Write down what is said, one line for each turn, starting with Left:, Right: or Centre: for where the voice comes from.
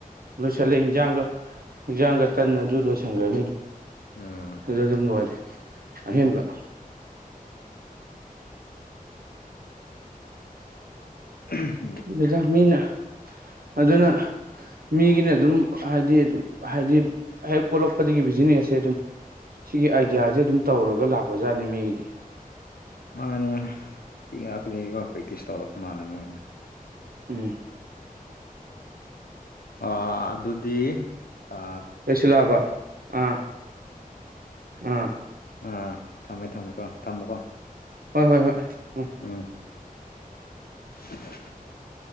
Right: ꯂꯣꯏꯁꯤꯜꯂꯦ ꯍꯟꯖꯥꯡꯒ ꯍꯟꯖꯥꯡꯒ ꯇꯟꯅ ꯑꯗꯨ ꯂꯣꯏꯁꯤꯟꯈ꯭ꯔꯅꯤꯗꯣ
Left: ꯎꯝ
Right: ꯑꯗꯨ ꯑꯗꯨꯝ ꯅꯨꯡꯉꯥꯏꯔꯦ ꯑꯍꯦꯟꯕ
Left: ꯎꯝ ꯎꯝ
Right: ꯑꯗꯨꯗ ꯃꯤꯅ ꯑꯗꯨꯅ ꯃꯤꯒꯤꯅ ꯑꯗꯨꯝ ꯍꯥꯏꯗꯤ ꯑꯗꯨꯝ ꯍꯥꯏꯗꯤ ꯍꯦꯛ ꯄꯣꯛꯂꯛꯄꯗꯒꯤ ꯕꯤꯖꯤꯅꯦꯁꯁꯦ ꯑꯗꯨꯝ ꯁꯤꯒꯤ ꯑꯥꯏꯗꯤꯌꯥꯁꯦ ꯑꯗꯨꯝ ꯇꯧꯔꯒ ꯂꯥꯛꯄꯖꯥꯠꯅꯤ ꯃꯤꯒꯤꯗꯤ
Left: ꯃꯥꯅꯦ ꯄꯤ ꯂꯩꯔꯒ ꯄ꯭ꯔꯦꯛꯇꯤꯁ ꯇꯧꯔꯛꯄ ꯃꯥꯜꯂꯦ ꯃꯣꯏꯁꯦ
Right: ꯎꯝ
Left: ꯑ ꯑꯗꯨꯗꯤ ꯑ
Right: ꯀꯩꯁꯨ ꯂꯥꯕ ꯑꯥ ꯑꯥ
Left: ꯑꯥ ꯊꯝꯃꯦ ꯊꯝꯃꯦꯀꯣ ꯊꯝꯃꯨꯀꯣ
Right: ꯍꯣꯏ ꯍꯣꯏ ꯍꯣꯏ ꯎꯝ
Left: <unintelligible>